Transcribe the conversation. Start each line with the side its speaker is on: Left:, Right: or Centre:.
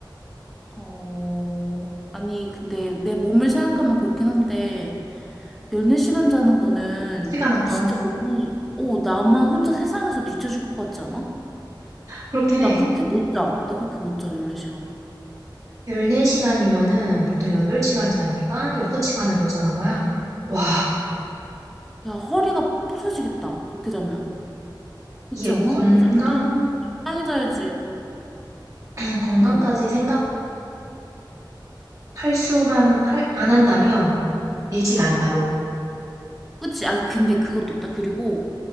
Centre: 어, 아니, 근데 내 몸을 생각하면 그렇긴 한데, 14시간 자는 거는
Right: 시간 아까워.
Centre: 진짜 너무, 어, 나만 혼자 세상에서 뒤처질 것 같지 않아? 어,
Right: 그렇긴 해.
Centre: 나 그렇게 못 자. 나 그렇게 못 자, 14시간.
Right: 14시간이면은 보통 8시간 자니까 6시간을 더 자는 거야. 와,
Centre: 야, 허리가 부서지겠다. 그렇게 자면. 그렇지
Right: 이게 뭐
Centre: 않아?
Right: 건강,
Centre: 그 잠도 적당히 자야지.
Right: <clears throat> 건강까지
Centre: 어,
Right: 생각할 수만, 할, 안 한다면 4시간
Centre: 어.
Right: 나도.
Centre: 그치? 아, 근데 그것도 있다. 그리고